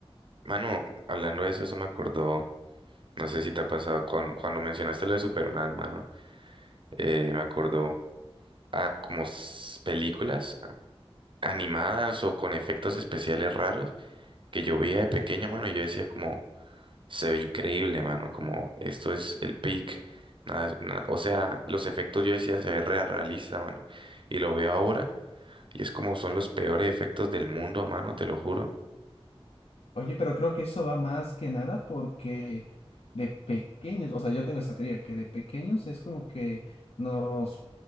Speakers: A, on the right; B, on the left.
A: mano, hablando de eso, eso me acordó, no sé si te ha pasado, cuan- cuando mencionaste lo de Superman, mano, eh, me acordó a como s- películas animadas o con efectos especiales raros que yo veía de pequeño, mano, y yo decía como... Se ve increíble, mano, como esto es el peak. Nada, es- na- o sea, los efectos yo decía se ve re realista, mano. Y lo veo ahora y es como son los peores efectos del mundo, mano, te lo juro.
B: Oye, pero creo que eso va más que nada porque de pequeños, o sea, yo tengo esta teoría que de pequeños es como que nos